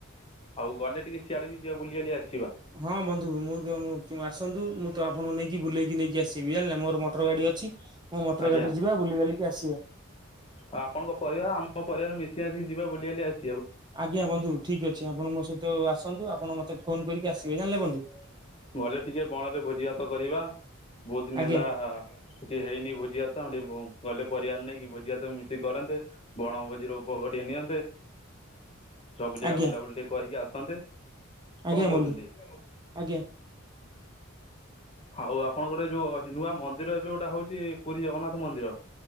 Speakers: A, on the left; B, on the right.
A: ଆଉ ଗଲେ ଟିକେ ସିଆଡ଼େ ବି ଯିବା ବୁଲିିବାାଲି ଆସିବା
B: ହଁ ବନ୍ଧୁ ମୁଁ ତ ଆସନ୍ତୁ ମୁଁ ତ ଆପଣଙ୍କୁ ନେଇକି ବୁଲେଇକି ନେଇକି ଆସିବି ଜାଣିଲ ମୋର ମୋଟର ଗାଡି ଅଛି ହଁ ମଟର
A: ଆଜ୍ଞା
B: ଗାଡିରେ ଯିବା ବୁଲି ବାଲିକି ଆସିବା
A: ଆଉ ଆପଣଙ୍କ ପରିବାର ଆମ ପରିବାର ମିଶି ଆସିି ଯିବାେ ବୁଲିିବାଲି ଆସ
B: ଆଜ୍ଞା ବନ୍ଧୁ ଠିକ ଅଛି ଆପଣ ମୋ ସହିତ ଆସନ୍ତୁ ଆପଣ ମତେ ଫୋନ କରିକି ଆସିବେ ଜାଣିଲେ ବନ୍ଧୁ।
A: ଗଲେ ଟିକେ ବଣରେ ଭୋଜି ଭାତ କରିବା ବହୁତ ଦିନ
B: ଆଜ୍ଞା
A: ହେଲା। କିଛି ହେଇନି ଭୋଜିଆତ ଟିକେ ଗଲେ ପରିବାର ନେଇକି କି ଭୋଜିଆତ। ମିଶି କରନ୍ତେ, ବଣଭୋଜି ର ଉପଭୋଗ ନିଅନ୍ତେ। ସବୁ ଜାଗା
B: ଆଜ୍ଞା
A: ବୁଲାବୁଲି ଟିକେ କରିକି ଆସନ୍ତେ।
B: ଆଜ୍ଞା
A: କଣ କହୁଛନ୍ତି
B: ବନ୍ଧୁ, ଆଜ୍ଞା।
A: ହଉ ଆପଣଙ୍କର ଯୋଉ ନୂଆ ମନ୍ଦିର ଏବେ ଗୋଟେ ହଉଛି, ପୁରୀ ଜଗନ୍ନାଥ ମନ୍ଦିର।